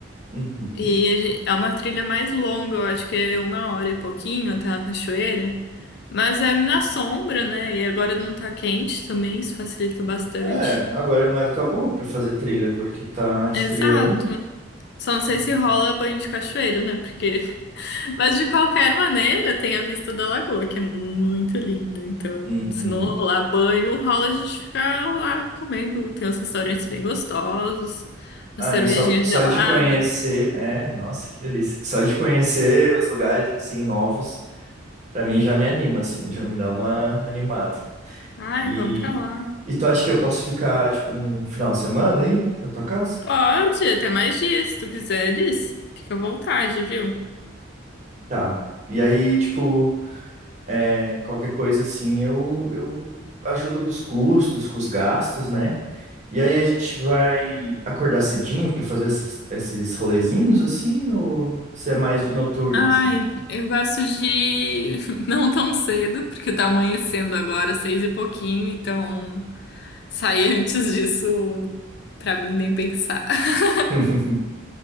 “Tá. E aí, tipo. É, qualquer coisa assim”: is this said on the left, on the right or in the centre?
Right